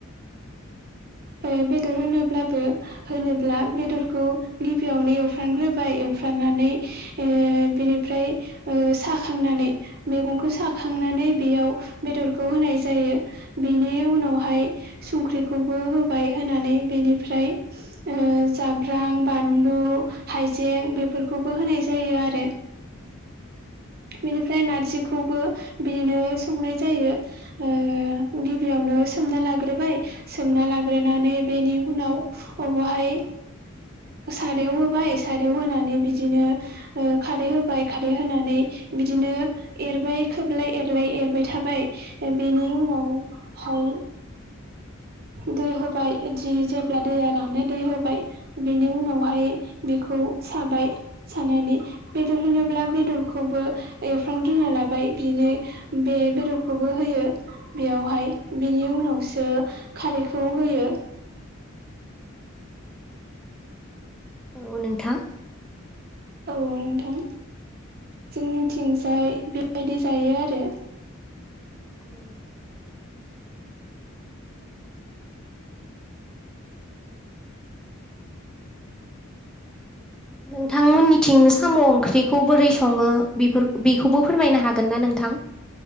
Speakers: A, in the centre; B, on the right.
A: <inaudible>
B: ओ बेदर होनोब्लाबो होनोब्ला बेदरखौ गिबियावनो एवफ्रामग्रोबाय एवफ्रा मनानै बेनिफ्राय ओ साखांनानै मेगनखौ साखांनानै बेयाव बेदरखौ होनाय जायो बेनि उनावहाय संख्रि खौबो होबाय होनानै बेनिफ्राय ओ जाब्रां बानलु हाय जें बेफोरखौबो होनाय जायो आरो।
A: <inaudible>
B: बिनिफ्राय नारजिखौबो बिदिनो संनाय जायो ओ गिबियावनो सोमना लाग्रोबाय सोमना लाग्रोनानै बेनि उनाव बावहाय सारायाव होबाय सारायाव होनानै बिदिनो ओ खारै होबाय खारै होनानै बिदिनो एरबाय खोबलाय एरलाय एरबाय थाबाय बेनि उनाव औ
A: <inaudible>
B: दै होबाय जि जेब्ला दैया रानो दै होबाय बिनि उनावहाय बे खौ साबाय सानानै बेदर होनोब्ला बेदरखौबो एवफ्रांग्रोना लाबाय बिदिनो बे बेदरखौबो होयो बेयावहाय बिनि उनावसो खारैखौ होयो।
A: औ नोंथां।
B: औ नोंथां। जोंनिथिंजाय बेबायदि जायो आरो।
A: उम नोंथांमोननिथिं साम' ओंख्रिखौ बोरै सङो बेफोर बेखौबो फोरमायनो हागोन ना नोंथां